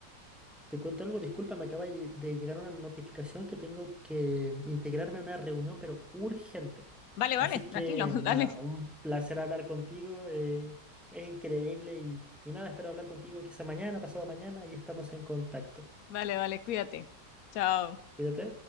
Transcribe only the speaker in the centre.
te cuento algo, disculpa, me acaba lle- de llegar una notificación que tengo que integrarme a una reunión, pero urgente.
Así que
nada,
un placer hablar contigo, eh, es increíble y, y nada, espero hablar contigo quizá mañana, pasado mañana y estamos en contacto.
Cuídate.